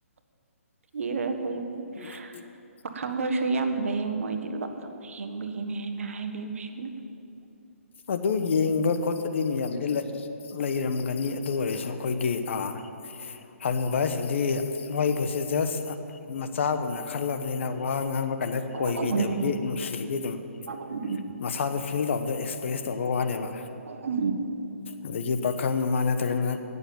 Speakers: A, on the right; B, on the left.
A: <unintelligible>
B: <inaudible>
A: ꯄꯥꯈꯪ ꯈꯣꯏꯁꯨ ꯌꯥꯝ ꯂꯩꯌꯦ ꯃꯣꯏꯗꯤ ꯂꯣꯠ ꯂꯣꯅ ꯍꯦꯟꯕꯒꯤꯅꯦ ꯍꯥꯏꯅ ꯍꯥꯏꯕꯤꯕꯅꯦ
B: ꯑꯗꯨ ꯌꯦꯡꯕ ꯈꯣꯠꯄꯗꯤ ꯃꯌꯥꯝꯗꯤ ꯂꯩ ꯂꯩꯔꯝꯒꯅꯤ ꯑꯗꯨ ꯑꯣꯏꯔꯁꯨ ꯑꯩꯈꯣꯏꯒꯤ ꯑ ꯍꯅꯨꯕꯁꯤꯡꯗꯤ ꯃꯣꯏꯕꯨꯁꯨ ꯖꯁ ꯃꯆꯥ ꯨꯃꯨꯟꯅ ꯈꯜꯂꯕꯅꯤꯅ ꯋꯥ ꯉꯥꯡꯕ ꯀꯥꯟꯗ ꯀꯣꯏꯕꯤꯗꯕꯒꯤ
A: ꯎꯝ
B: ꯅꯨꯡꯁꯤꯕꯒꯤ ꯑꯗꯨꯝ
A: ꯎꯝ
B: ꯃꯁꯥꯗ ꯐꯤꯜ ꯇꯧꯕꯗ ꯑꯦꯛꯁꯄ꯭ꯔꯦꯁ ꯇꯧꯕ ꯋꯥꯅꯦꯕ
A: ꯎꯝ
B: ꯑꯗꯒꯤ ꯄꯥꯈꯪ ꯑꯃ ꯅꯠꯇ꯭ꯔꯒ ꯅ